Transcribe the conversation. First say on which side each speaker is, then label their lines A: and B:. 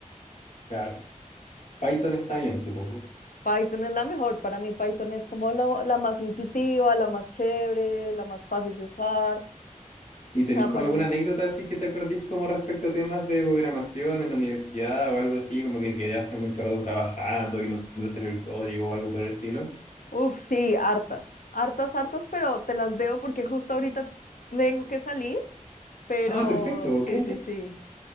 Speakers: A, on the left (about 60°); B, on the left (about 80°).
A: Claro, Python está bien, supongo.
B: Python es la mejor. Para mí Python es como lo- la más intuitiva, la más chévere, la más fácil de usar.
A: ¿Y
B: O
A: tenéis
B: sea,
A: como
B: para
A: alguna
B: mí,
A: anécdota así que te acordís como respecto a temas de programación en la universidad o algo así, como que quedaste mucho rato trabajando y no te salió el código o algo por el estilo?
B: uff, sí, hartas, hartas, hartas, pero te las debo porque justo ahorita tengo que salir, pero
A: Ah, perfecto,
B: sí,
A: ok.
B: sí, sí,